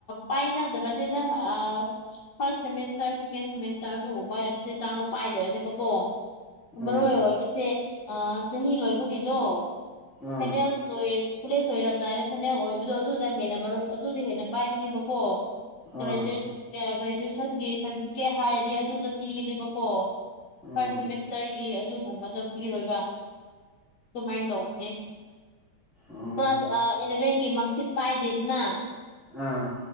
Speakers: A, on the left (about 55°); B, in the centre.
A: ꯄꯥꯏꯅꯗꯕꯅꯤꯅ ꯑꯥ ꯐꯥꯔꯁ ꯁꯦꯃꯦꯁꯇꯔ ꯁꯦꯀꯦꯟ ꯁꯦꯃꯦꯁꯇꯔ ꯑꯗꯨꯒꯨꯝꯕ ꯆꯦ ꯆꯥꯡꯅ ꯄꯥꯏꯗꯕꯅꯦꯕꯀꯣ ꯃꯔꯣꯏ
B: ꯎꯝ
A: ꯑꯣꯏꯕꯁꯦ ꯑꯥ ꯆꯍꯤ ꯂꯣꯏꯕꯒꯤꯗꯣ
B: ꯎꯝ
A: ꯐꯥꯏꯅꯦꯜ ꯀꯣꯂꯦꯖ ꯑꯣꯏꯔꯝꯗꯥꯏꯅ ꯐꯥꯏꯅꯦꯜ ꯑꯣꯏꯕꯗꯣ ꯑꯗꯨꯗ ꯍꯦꯟꯅ ꯃꯔꯨꯞ ꯑꯗꯨꯗ ꯍꯦꯟꯅ ꯄꯥꯏꯒꯅꯦꯕꯀꯣ ꯒ꯭ꯔꯦꯖ
B: ꯑꯥ
A: ꯒ꯭ꯔꯦꯖꯨꯑꯦꯁꯟꯒꯤ ꯁꯥꯔꯇꯤꯐꯤꯀꯦꯠ ꯍꯥꯏꯔꯗꯤ ꯑꯗꯨꯗ ꯄꯤꯒꯅꯦꯕꯀꯣ ꯐꯥꯔꯁ
B: ꯎꯝ
A: ꯁꯦꯃꯦꯁꯇꯔꯒꯤ ꯑꯗꯨꯒꯨꯝꯕꯗ ꯄꯤꯔꯣꯏꯕ ꯑꯗꯨꯃꯥꯏꯅ ꯇꯧꯕꯅꯦ
B: ꯑꯣ
A: ꯀ꯭ꯂꯥꯁ ꯏꯂꯚꯦꯟꯒꯤ ꯃꯛꯁꯤꯠ ꯄꯥꯏꯗꯦꯗꯅ
B: ꯑꯥ